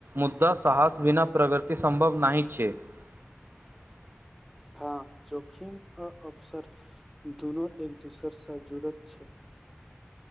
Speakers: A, on the right (about 65°); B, in the centre.
A: मुदा साहस बिना प्रगति सम्भव नहि छैक <inaudible> <unintelligible>
B: हँ जोखीम अ अवसर दुनु एक दोसर सँ जुड़त छै